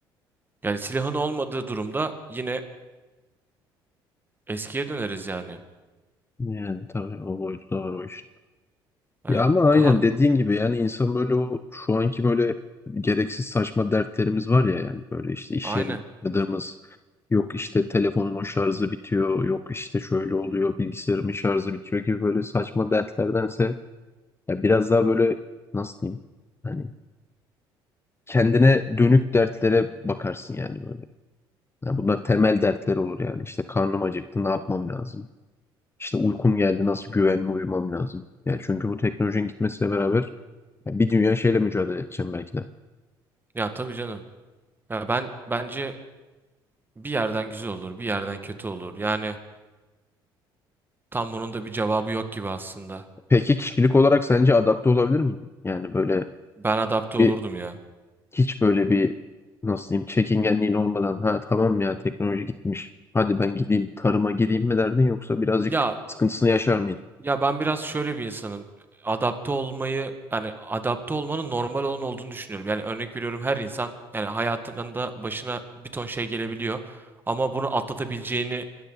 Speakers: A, on the right (about 20°); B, on the left (about 20°).
A: Yani silahın olmadığı durumda yine eskiye döneriz yani.
B: Yani tabii o boyutu da var o işin.
A: Hani
B: Ya ama aynen
A: daha
B: dediğin gibi yani insan böyle o şu anki böyle gereksiz saçma dertlerimiz var ya yani böyle işte iş
A: aynen.
B: yerinde yaşadığımız Yok işte telefonumun şarjı bitiyor, yok işte şöyle oluyor, bilgisayarımın şarjı bitiyor gibi böyle saçma dertlerdense ya biraz daha böyle nasıl diyeyim? Hani kendine dönük dertlere bakarsın yani böyle. Ya bunlar temel dertler olur yani. İşte karnım acıktı, ne yapmam lazım? İşte uykum geldi, nasıl güvenli uyumam lazım? Ya çünkü bu teknolojinin gitmesiyle beraber ya bir dünya şeyle mücadele edeceğim belki de.
A: Ya tabii canım. Ya ben bence bir yerden güzel olur, bir yerden kötü olur. Yani tam bunun da bir cevabı yok gibi aslında.
B: Peki kişilik olarak sence adapte olabilir miyim? Yani böyle
A: Ben adapte olurdum
B: bir
A: ya.
B: Hiç böyle bir nasıl diyeyim çekingenliğin olmadan ha tamam ya teknoloji gitmiş. Hadi ben gideyim tarıma gireyim mi derdin yoksa birazcık
A: Ya
B: sıkıntısını yaşar mıydın?
A: Ya ben biraz şöyle bir insanım. Adapte olmayı yani adapte olmanın normal olan olduğunu düşünüyorum. Yani örnek veriyorum her insan yani hayatında başına bir ton şey gelebiliyor ama bunu atlatabileceğini